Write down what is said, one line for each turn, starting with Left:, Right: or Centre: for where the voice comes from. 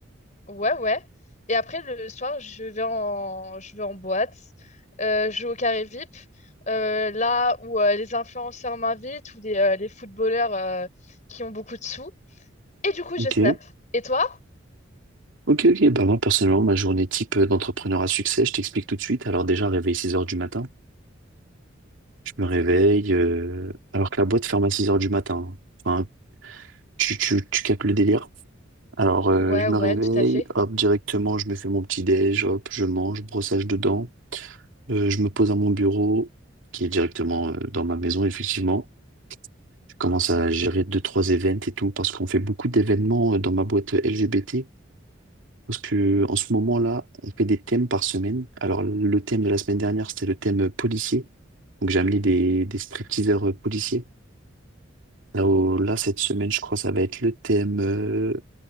Left: ouais, ouais. Et après, le soir, je vais en, je vais en boîte. Euh, je vais au carré VIP. euh, là où euh, les influenceurs m'invitent ou les, euh, les footballeurs euh, qui ont beaucoup de sous. Et du coup,
Right: Ok,
Left: je snap. Et toi?
Right: ok, ok. Bah moi, personnellement, ma journée type euh, d'entrepreneur à succès, je t'explique tout de suite. Alors déjà, réveil 6 heures du matin. Je me réveille, euh, alors que la boîte ferme à six heures du matin. hein. Enfin, tu, tu, tu captes le délire. Alors, euh,
Left: Ouais,
Right: je me
Left: ouais,
Right: réveille,
Left: tout à fait.
Right: hop, directement, je me fais mon petit déj, hop, je mange, brossage de dents. Euh, je me pose à mon bureau, qui est directement euh, dans ma maison, effectivement. Je commence à gérer deux, trois événements et tout, parce qu'on fait beaucoup d'événements euh, dans ma boîte LGBT. Parce que en ce moment-là, on fait des thèmes par semaine. Alors, le thème de la semaine dernière, c'était le thème euh, policier. Donc, j'ai amené des, des stripteaseurs euh, policiers. Là, au- là, cette semaine, je crois, ça va être le thème. euh,